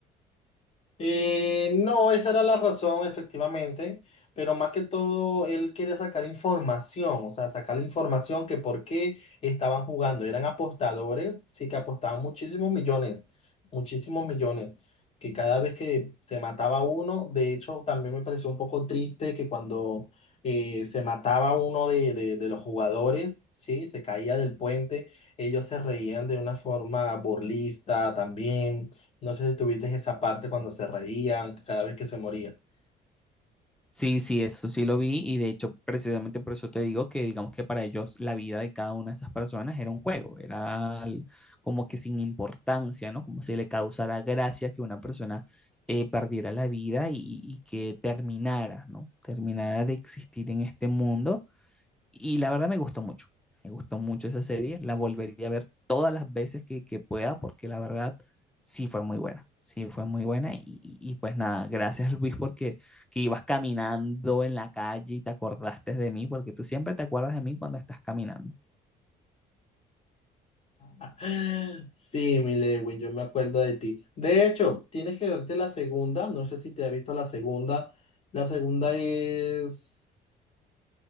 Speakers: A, on the left; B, in the centre.
A: Eh, no, esa era la razón, efectivamente, pero más que todo él quería sacar información, o sea, sacar la información que por qué estaban jugando. Eran apostadores, sí que apostaban muchísimos millones, muchísimos millones, que cada vez que se mataba uno, de hecho, también me pareció un poco triste que cuando eh, se mataba uno de, de de los jugadores, sí, se caía del puente, ellos se reían de una forma burlista también no sé si tuviste esa parte cuando se reían cada vez que se moría. <gasps>
B: Sí, sí, eso sí lo vi y de hecho precisamente por eso te digo que digamos que para ellos la vida de cada una de esas personas era un juego, era al- como que sin importancia, ¿no? Como si le causara gracia que una persona eh, perdiera la vida y, y que terminara, ¿no? Terminara de existir en este mundo y la verdad me gustó mucho, me gustó mucho esa serie, la volvería a ver todas las veces que, que pueda porque la verdad sí fue muy buena, sí fue muy buena y, y- y pues nada, gracias <laughs> Luis porque que ibas caminando en la calle y te acordaste de mí porque tú siempre te acuerdas de mí cuando estás caminando.
A: <laughs> Sí, mi Lewin, yo me acuerdo de ti. De hecho, tienes que verte la segunda. No sé si te has visto la segunda. La segunda es